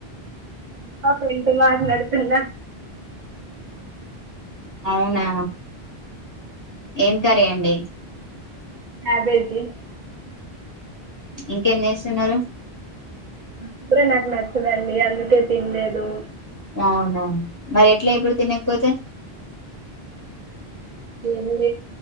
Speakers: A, on the right; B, on the left.
A: మా ఫ్రెండ్ తో మాట్లాడుతున్న
B: అవునా ఏం కర్రీ అండి
A: క్యాబేజీ
B: ఇంకేం చేస్తున్నారు
A: ఇప్పుడె నా నచ్చదండి అందుకే తినలేద్ మ్
B: అవునవును మరి ఎట్లా ఎప్పుడు తినకపోతే
A: <unintelligible>